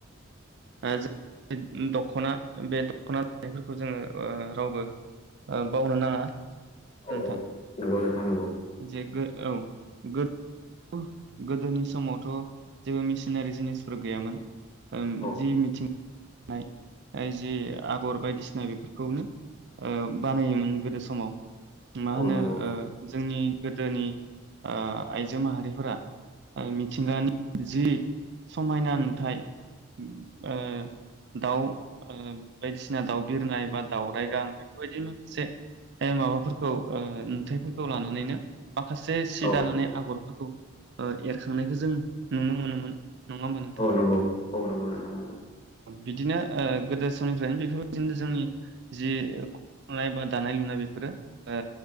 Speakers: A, on the right (about 55°); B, on the left (about 30°).
A: ओ जो दखना बे दखना <unintelligible> नायफोरखौ जोङो रावबो बावनो नाङा नोंथां।
B: औ औ नंगौ नोंथां नंगौ।
A: जे गो औ गोद औ गोदोनि समावथ' जेबो मेसिनारि जिनिसफोर गैयामोन ओम
B: औ
A: जि मिथिं <unintelligible> नाय ओ जि आगर बायदिसिना बेफोरखौनो ओ बानायोमोन गोदो समाव मा होनो
B: औ नंगौ
A: ओ जोंनि गोदोनि ओ आइजो माहारिफोरा ओ मिथिंगानि जि समायना नुथाय ओ दाउ ओ बायदिसिना दाउ बिरनाय बा दावराइगां बेफोरबायदि माखासे माबाफोरखौ ओ नुथायाइफोरखौ लानानैनो माखासे सि
B: औ
A: दानानै आगरफोरखौ ओ एरखांनायखौ जों नुनो मोनोमोन नङा होमबा नोंथां?
B: औ नंगौ औ नंगौ नोंथां नंगौ
A: बिदिनो ओ गोदो समनिफ्रायनो बेफोरबायदिनो जोंनि जि खनाय बा दानाय लुनाय बेफोरो ओ